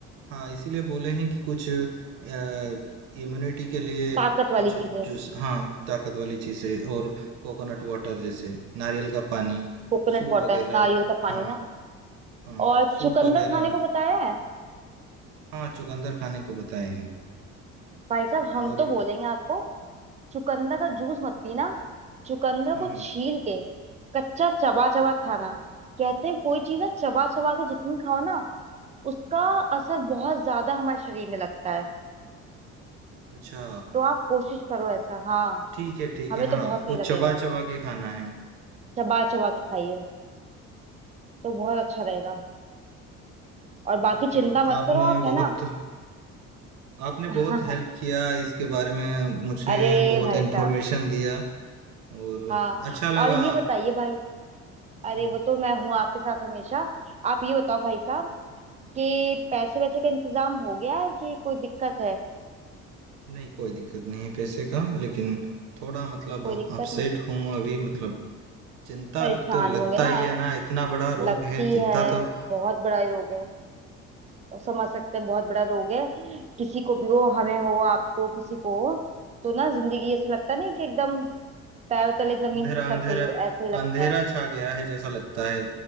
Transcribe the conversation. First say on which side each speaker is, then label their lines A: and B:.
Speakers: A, on the right (about 75°); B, on the right (about 20°).
A: हाँ इसीलिए बोले हैं कि कुछ इम्यूनिटी के लिए
B: ताकत वाली
A: कुछ
B: चीजें
A: जूस हाँ ताकत वाली चीजें और कोकोनट वाटर जैसे नारियल का पानी
B: कोकोनट
A: सूप
B: वाटर
A: वगैरह
B: नारियल का पानी
A: हाँ
B: ना
A: हाँ,
B: और
A: सूप
B: चुकंदर
A: वगैरह
B: खाने को बताया है
A: हाँ, चुकंदर खाने को बताए हैं
B: भाई साहब हम
A: और
B: तो बोलेंगे आपको चुकंदर का जूस मत पीना चुकंदर
A: हुँ,
B: को
A: हुँ।
B: छील के कच्चा चबा चबा खाना कहते हैं कोई चीज ना चबा चबा के जितनी खाओ ना उसका असर बहुत ज्यादा हमारे शरीर में लगता है
A: अच्छा,
B: तो आप कोशिश करो ऐसा हाँ
A: ठीक है, ठीक
B: हमें
A: है। हाँ,
B: तो बहुत सही
A: वो
B: लगेगा
A: चबा-चबा के खाना है।
B: चबा चबा के खाइए तो बहुत अच्छा रहेगा और बाकी
A: ठीक है,
B: चिंता मत
A: आपने
B: करो आप है
A: बहुत
B: ना
A: आपने
B: <laughs>
A: बहुत हेल्प किया इसके बारे में मुझे
B: अरे
A: बहुत
B: भाई साहब
A: इन्फॉर्मेशन दिया और
B: हाँ
A: अच्छा लगा
B: और ये बताइए भाई अरे
A: हाँ,
B: वो तो मैं हूँ आपके साथ हमेशा आप ये बताओ भाई साहब कि पैसे वैसे का इंतजाम हो गया है कि कोई दिक्कत है
A: नहीं कोई दिक्कत नहीं है पैसे का लेकिन थोड़ा मतलब
B: कोई दिक्कत
A: अपसेट
B: नहीं
A: हूँ अभी मतलब चिंता
B: परेशान
A: तो लगता
B: होंगे ना
A: ही है ना, इतना बड़ा
B: लगती
A: रोग है, चिंता
B: है
A: तो
B: बहुत बड़ा रोग है और समझ सकते हैं बहुत बड़ा रोग है किसी को भी हो हमें हो आपको किसी को हो तो ना जिंदगी ऐसे लगता नहीं कि एकदम पैरों तले जमीन
A: अंधेरा
B: खिसक
A: अंधेरा
B: गई हो ऐसे ही लगता
A: अंधेरा
B: है
A: छा गया है जैसा लगता है